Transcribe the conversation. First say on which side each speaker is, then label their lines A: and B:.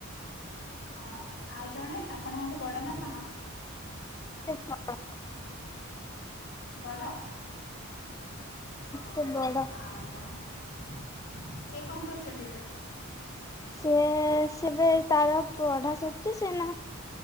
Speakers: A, on the left (about 55°); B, on the left (about 15°).
A: ହଁ ଆଉ ଜଣେ ଆପଣଙ୍କଠୁ ବଡ ନା ସାନ?
B: ସେ ବଡ଼।
A: ବଡ। ହଁ
B: ସେ ବଡ
A: ଆଉ କଣ। ସେ କଣ୍ କରୁଚନ୍ତି ଏବେ?
B: ସିଏ ସେବେ ତାର ପଢା ସର୍ ସେ ସିନା